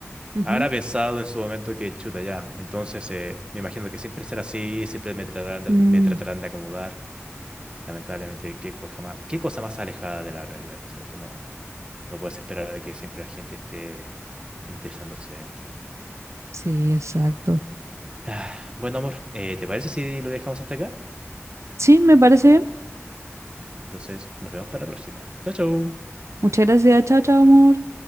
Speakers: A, on the right; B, on the right.
A: Ujú.
B: habrá pensado en su momento que chuta ya. Entonces, eh, me imagino que siempre será así, siempre me tratarán de,
A: Mm,
B: me tratarán de acomodar. Lamentablemente, qué cosa más, qué cosa más alejada de la realidad, ¿cierto? No, no puedes esperar de que siempre la gente esté interesándose en ti. <sighs>
A: sí, exacto.
B: Ah, Bueno, amor, eh, ¿te parece si lo dejamos hasta acá?
A: Sí, me parece bien.
B: Entonces, nos vemos para la próxima. Chao, chao.
A: Muchas gracias, chao, chao, amor.